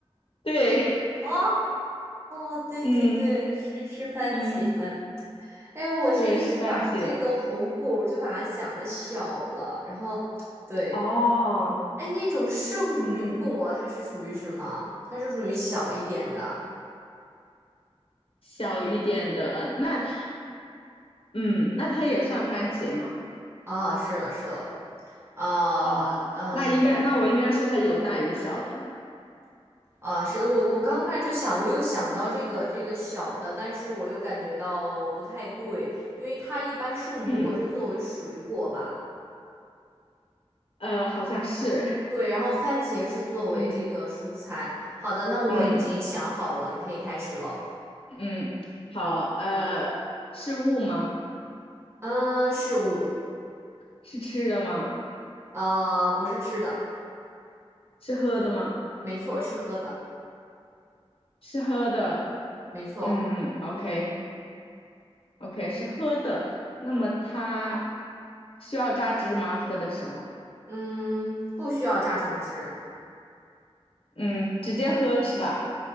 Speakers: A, on the left; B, on the right.
A: 对，
B: 哦哦，对对对，
A: 嗯
B: 是是番茄。
A: 嗯，
B: 哎呀，我是一直把这个红果儿就把它想的小了，
A: 对，是番茄。
B: 然后对，
A: 哦，
B: 哎，那种圣女果它是属于什么？
A: 嗯，
B: 它是属于小一点的
A: 小一点的，那它，嗯，那它也算番茄吗？
B: 啊，是了是了，啊嗯
A: 哦，那应该，那我应该说它有大有小的。
B: 啊，是我我刚开始就想，我有想到这个这个小的，但是我又感觉到不太对，因为它一般圣女果是作为水果吧。
A: 嗯，呃，好像是，
B: 对，然后番茄是作为这个蔬菜。
A: 嗯
B: 好的，那我已经想好了，
A: 嗯
B: 你可以开始了。
A: 嗯，好，呃，是物吗？
B: 嗯，事物，
A: 是吃的吗？
B: 啊，不是吃的，
A: 是喝的吗？
B: 没错，是喝的，
A: 是喝的，
B: 没错。
A: 嗯，OK OK，是喝的。那么它需要榨汁吗？喝的时候，
B: 嗯，不需要榨成汁，
A: 嗯，直接喝是吧？